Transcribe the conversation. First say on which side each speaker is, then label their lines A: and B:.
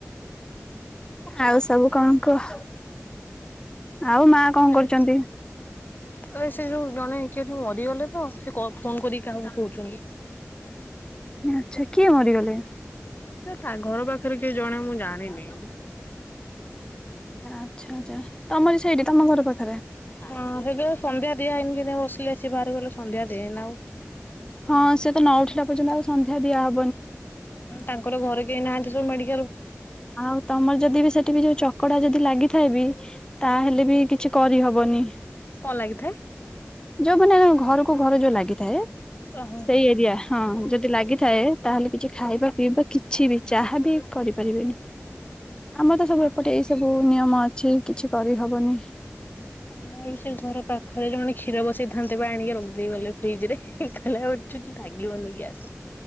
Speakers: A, on the left; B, on the left.
A: ଆଉ ସବୁ କଣ କୁହ? ଆଉ ମା କଣ
B: ଆରେ
A: କରୁଚନ୍ତି?
B: ବୋ ଆରେ ସେ ଯୋଉ ଜଣେ କିଏ ଏଠି ମରିଗଲେ ତ, ସେ କ ଫୋନ କରିକି କାହାକୁ କହୁଛନ୍ତି?
A: ଆଚ୍ଛା କିଏ ମରିଗଲେ?
B: ଆ ଘର ପାଖରେ କିଏ ଜଣେ ମୁଁ ଜାଣିନି?
A: ଆଚ୍ଛା ଆଚ୍ଛା। ତମର ସେଇଠି ତମ ଘର ପାଖରେ
B: ହଁ ସେଇଥିପାଇଁ ସନ୍ଧ୍ୟା ଦିଆ ହେଇନି। ସେଇଥିପାଇଁ ବସିଲି ଆସି ବାହାରକୁ ଗଲେ ସନ୍ଧ୍ୟା ଦେଏନା ଆଉ।
A: ହଁ ସିଏ ତ ନ ଉଠିଲା ପର୍ଯ୍ୟନ୍ତ ଆଉ ସନ୍ଧ୍ୟା ଦିଆହବ
B: ତାଙ୍କର ଘରେ କେହି ନାହାଁନ୍ତି ସବୁ ମେଡି
A: ଆଉ ତମର ଯଦି ବି ସେଠି ବି ଯୋଉ ଚ କଡା ଯଦି ଲାଗିଥାଏ ବିି ତାହେଲେ ବି କିଛି କରି ହବନି।
B: କଣ ଲାଗିଥାଏ?
A: ଯୋଉ ମାନେ ଘରକୁ ଘର ଯୋଉ ଲାଗିଥାଏ
B: ଓହୋ।
A: ସେଇ ଏରିଆ ହଁ। ଯଦି ଲାଗିଥାଏ, ତାହେଲେ କିଛି ଖାଇବା ପିଇବା କିଛି ବି ଚାହା ବି କରିପାରିବେନି। ଆମର ତ ସବୁ ଏପଟେ ଏଇ ସବୁ ନିୟମ ଅଛି କିଛି କରିହବନି।
B: ଆମର ସେ ଘର ପାଖରେ ଜଣେ କ୍ଷୀର ବସେଇଥାନ୍ତେ ବା ଆଣିକି ରଖିଦେଇ ଗଲେ ଫ୍ରିଜରେ। କହିଲେ ଆଉ କିଛି ତ ଲାଗିବନି ଗ୍ୟାସ୍।